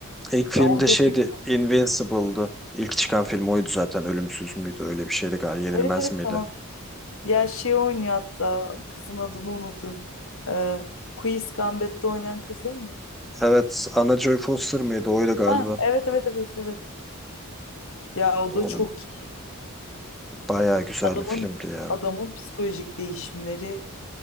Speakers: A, in the centre; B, on the left.
A: İlk filmde
B: Ya o da
A: şeydi
B: mü-
A: Invincible'dı. İlk çıkan film oydu zaten. Ölümsüz müydü? Öyle bir şeydi galiba. Yenilmez
B: Evet evet
A: miydi?
B: tamam. Ya şey oynuyor hatta. Kızın adını unuttum. Ee, Queen's Gambit'te oynayan kız değil mi?
A: Evet. Anna Joy Foster mıydı? Oydu galiba.
B: Ha, evet evet evet evet. Ya o
A: Onun
B: da çok iyi.
A: bayağı güzel
B: Adamın
A: bir filmdi ya.
B: adamın psikolojik değişimleri,